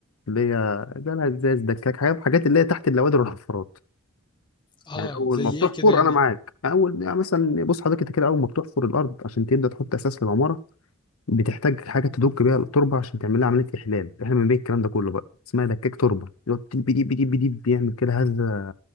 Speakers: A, on the left; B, on the left.
A: اللي هي جالها ازاز دكاك حاجات حاجات اللي هي تحت النوادر والحفارات
B: اه
A: يعني اول
B: زي
A: ما بتحفر
B: ايه كده يعني
A: انا معاك يعني اول يعني مثلا بص حضرتك انت كده اول ما بتحفر الارض عشان تبدا تحط اساس للعماره بتحتاج حاجه تدك بيها التربه عشان تعمل لها عمليه احلال احنا بنبيع الكلام ده كله بقى اسمها دكاك تربه يقعد ديب ديب ديب ديب بيعمل كده هزه